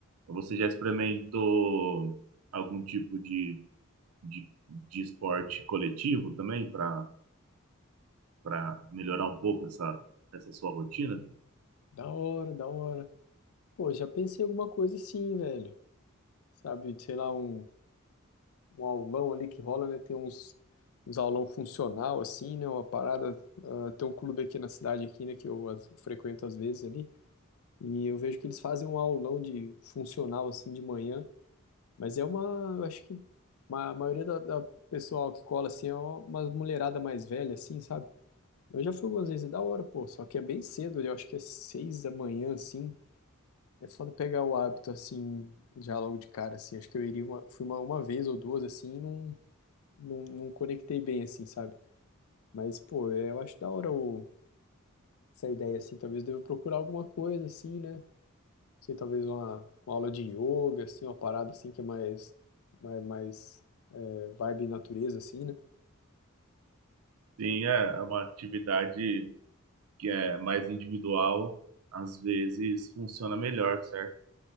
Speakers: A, on the right; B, on the left.
A: você já experimentou algum tipo de, de, de esporte coletivo também para para melhorar um pouco essa essa sua rotina?
B: Da hora, da hora. Pô, já pensei em alguma coisa assim, velho. Sabe, sei lá, um, um aulão ali que rola, né? Tem uns, uns aulão funcional, assim, né? Uma parada. ah, tem um clube aqui na cidade, aqui, né? Que eu as- frequento às vezes ali. E eu vejo que eles fazem um aulão de funcional, assim, de manhã. Mas é uma, eu acho que ma- a maioria da, da pessoal que cola assim é uma mulherada mais velha, assim, sabe? Eu já fui algumas vezes, é da hora, pô, só que é bem cedo, eu acho que é seis da manhã, assim. É foda pegar o hábito, assim, já logo de cara, assim. Acho que eu iria uma, fui uma, uma vez ou duas, assim, e não, não, não conectei bem, assim, sabe? Mas, pô, é, eu acho da hora o, essa ideia, assim. Talvez eu deva procurar alguma coisa, assim, né? Não sei, talvez uma, uma aula de yoga, assim, uma parada, assim, que é mais, mais, mais vibe natureza, assim, né?
A: Sim, é é uma atividade que é mais individual, às vezes funciona melhor, certo?